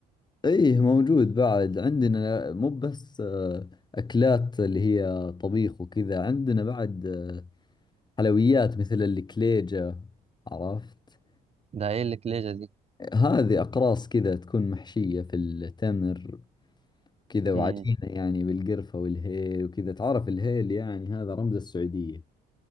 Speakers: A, on the left; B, on the right.
A: ايه موجود بعد عندنا مو بس آه، اكلات اللي هي طبيخ وكذا عندنا بعد آه، حلويات مثل الكليجة عرفت
B: ده ايه اللي كليجة
A: هذه أقراص كذا تكون محشية في التمر كذا
B: امم
A: وعجينة يعني بالقرفة والهيل وكذا تعرف الهيل يعني هذا رمز السعودية